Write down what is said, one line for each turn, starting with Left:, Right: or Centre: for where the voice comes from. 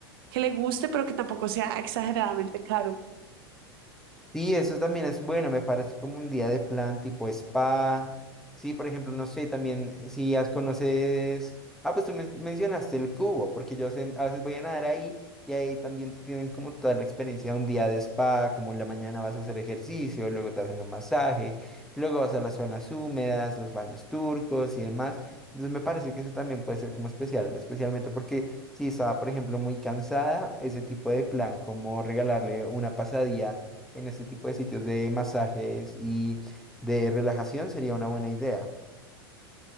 Right: que le guste, pero que tampoco sea exageradamente caro.
Centre: Sí, eso también es bueno, me parece como un día de plan tipo spa. Sí, por ejemplo, no sé, también eh, si has conoces... Ah, pues tú men- mencionaste el cubo, porque yo sé- a veces voy a nadar ahí y ahí también te tienen como toda la experiencia de un día de spa, como en la mañana vas a hacer ejercicio, luego te hacen un masaje, luego vas a las zonas húmedas, los baños turcos y demás. Entonces me parece que eso también puede ser como especial, especialmente porque si estaba, por ejemplo, muy cansada, ese tipo de plan, como regalarle una pasadía en este tipo de sitios de masajes y de relajación sería una buena idea.